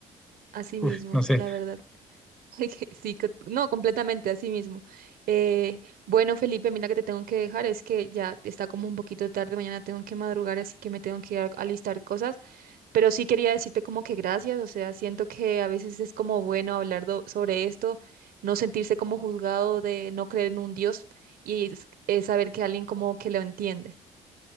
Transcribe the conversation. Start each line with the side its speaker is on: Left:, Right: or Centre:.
Right: así
Centre: Uf,
Right: mismo,
Centre: no sé.
Right: la verdad. <laughs> Que Sí, co- no, completamente, así mismo. Eh, bueno, Felipe, mira que te tengo que dejar, es que ya está como un poquito tarde, mañana tengo que madrugar, así que me tengo que ir a- alistar cosas. Pero sí quería decirte como que gracias, o sea, siento que a veces es como bueno hablar do- sobre esto, no sentirse como juzgado de no creer en un Dios y es- es saber que alguien como que lo entiende.